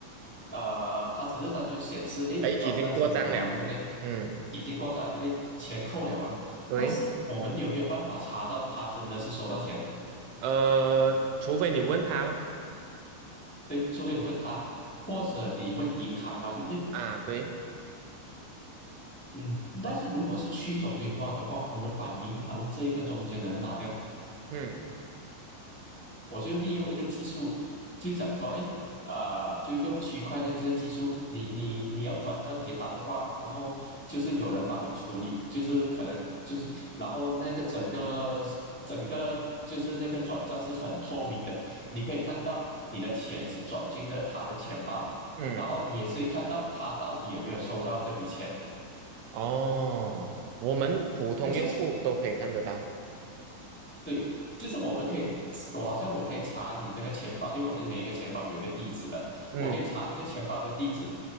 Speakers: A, in the centre; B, on the right.
A: 呃，他只是单纯显示，哎，
B: 哎，已经过账了，
A: 转账成功嘛，对不对？
B: 嗯，
A: 已经过账了，对不对？钱扣了嘛，
B: 对。
A: 但是我们有没有办法查到他真的是收到钱？
B: 呃，除非你问他咯。
A: 对，除非你问他，或者你问银行嘛，对不对？
B: 啊，对，
A: 嗯，但是如果是去中心化的话，我们把银行这个中间人拿掉，
B: 嗯
A: 我就利用一个技术，就想说，哎，啊、就用区块链这个技术，你你你要转账给他的话，然后就是有人帮你处理，就是可能就是，然后那个整个整个就是那个转账是很透明的，你可以看到你的钱是转进的他的钱包，
B: 嗯，
A: 然后你也是看到他到底有没有收到这笔钱，
B: 哦，我们普通用户都可以看得到。
A: 那就是。对，就是我们可以，我好像我可以查你这个钱包，因为我们每一个钱包有一个地址的，
B: 嗯
A: 我可以查这个钱包的地址，